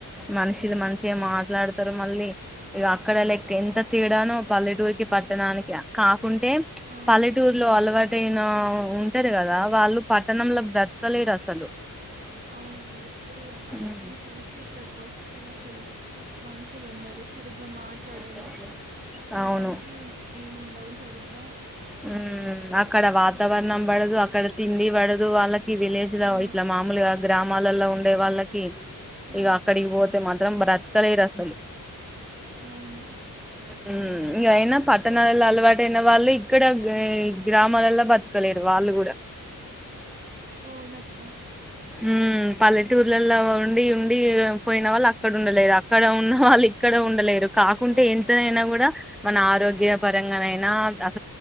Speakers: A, in the centre; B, on the right (about 25°).
A: మనషి ఇది మంచిగా మాట్లాడతారు మళ్ళీ ఇగ అక్కడ లైక్. ఎంత తేడానో పల్లెటూర్కి పట్టణానికి కాకుంటే
B: ఆ
A: పల్లెటూరులో అలవాటు. టైనా ఉంటారు కదా వాళ్ళు పట్టణంలో బ్రతకలేరు అసలు
B: అవును ఎప్పుడు ఇగ మనుషులను
A: ఉమ్.
B: చూసి ఇక్కడికి వస్తే అసలు. మనుషులు ఉండరు సరిగ్గా మాట్లాడరు.
A: అవునా
B: తినడానికి
A: అవును
B: ఏముండవు సరిగ్గా
A: హమ్ అక్కడ వాత వాతావరణం పడదు అక్కడ తిండి పడదు వాళ్ళకి విలేజ్ లో
B: ఆ
A: ఇట్లా మామూలుగా గ్రామాలలో ఉండ్. ఉండే వాళ్ళకి
B: ఆ
A: ఇక అక్కడికి పోతే మాత్రం బ్రతకలేరు అసలు
B: అవును
A: ఉమ్ ఇంకయినా పట్టణాలలో అలవాటైన వాళ్ళు ఇక్కడ గ్రామాలల్లో బతకలేరు వాళ్ళు కూడా. <unintelligible>
B: అవునక్కా
A: ఉ పల్లెటూర్లలో ఉండి ఉండి పోయిన వాళ్ళు అక్కడ ఉండలేరు అక్కడ ఉన్నవాళ్ళు ఇక్క ఇక్కడ ఉండలేరు కాకుంటే
B: ఉమ్
A: ఎంతనైనా కూడా మన ఆరోగ్య పరంగానైనా అక్